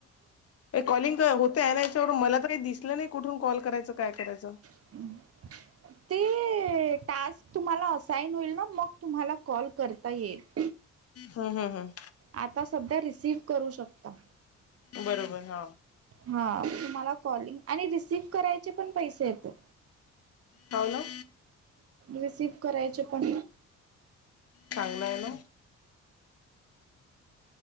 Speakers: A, on the left (about 50°); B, on the right (about 50°).
A: कॉलिंग होत आहे याच्यावरून, मला तर काही दिसलं नाही. कुठून कॉल करायचं? काय करायचं?
B: <inaudible> ते टास्क तुम्हाला असाईन होईल ना, मग तुम्हाला कॉल करता येईल.
A: हं हं हं.
B: आता सध्या रिसीव्ह करू शकता.
A: बरोबर हा
B: हा, तुम्हाला कॉलिंग आणि रिसिव्ह करायचे पण पैसे येतेत.
A: होव ना.
B: रिसीव्ह करायचे पण
A: चांगलय ना.